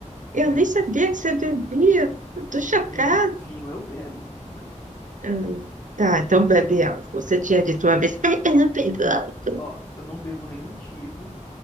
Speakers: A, on the right; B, on the left.
A: Eu
B: É
A: nem sabia
B: Esse tipo.
A: que você bebia, eu tô chocada.
B: Vinho, vinho eu bebo, vinho eu bebo.
A: Hum, tá, então bebe álcool. Você tinha dito uma vez, ai, eu não bebo
B: Não,
A: álcool.
B: ó, eu não bebo nenhum tipo,